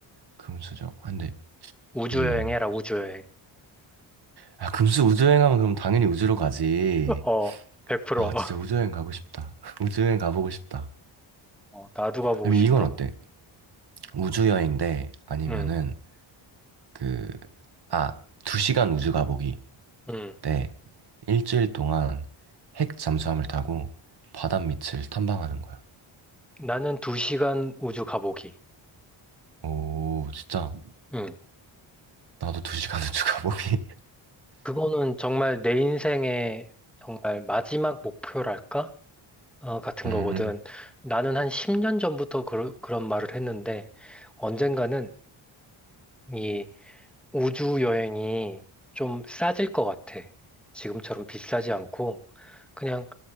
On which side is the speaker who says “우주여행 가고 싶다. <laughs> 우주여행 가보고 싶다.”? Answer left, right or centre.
Right